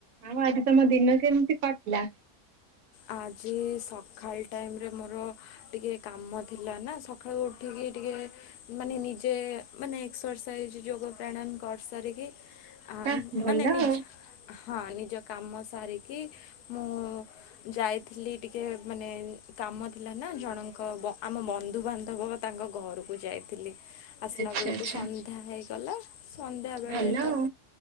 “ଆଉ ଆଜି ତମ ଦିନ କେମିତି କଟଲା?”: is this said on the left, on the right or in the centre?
Right